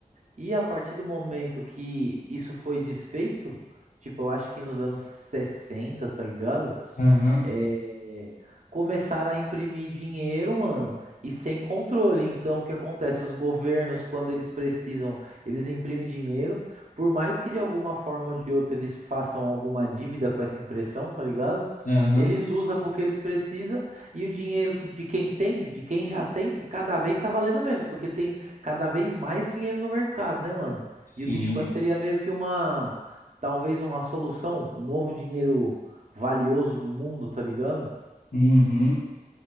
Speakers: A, on the right (about 55°); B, on the left (about 65°).
A: E a partir do momento que isso foi desfeito, tipo, eu acho que nos anos 60, tá ligado?
B: Aham.
A: é, começaram a imprimir dinheiro, mano, e sem controle. Então, o que acontece? Os governos, quando eles precisam, eles imprimem dinheiro, por mais que de alguma forma ou de outra eles façam alguma dívida com essa impressão, tá ligado?
B: Aham.
A: Eles usam porque eles precisam e o dinheiro que, de quem tem, de quem já tem, cada vez tá valendo menos, porque tem cada vez mais dinheiro no mercado, né, mano?
B: Sim.
A: E o Bitcoin seria meio que uma, talvez uma solução, um novo dinheiro valioso do mundo, tá ligado?
B: Uhum.